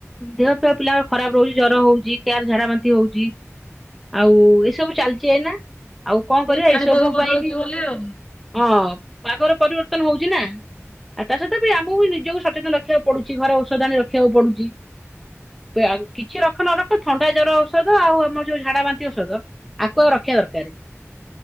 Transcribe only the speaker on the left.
ଏ ପାଣିପାଗ
ବଦଳୁଛି
ବୋଲି ଆଉ।